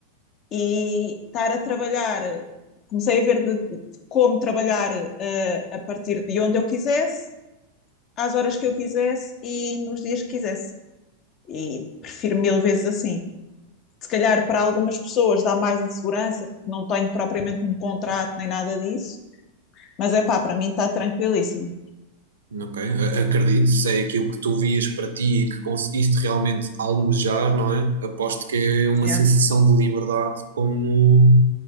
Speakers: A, on the left; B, on the right.
A: e estar a trabalhar, comecei a ver de, de como trabalhar eh, a partir de onde eu quisesse, às horas que eu quisesse e nos dias que quisesse. E prefiro mil vezes assim. Se calhar para algumas pessoas dá mais insegurança, porque não tenho propriamente um contrato nem nada disso, mas é pá, para mim está tranquilíssimo.
B: Ok, a- acredito, se é aquilo que tu vias para ti e que conseguiste realmente almejar, não é? Aposto que é uma
A: Yeah.
B: sensação de liberdade como,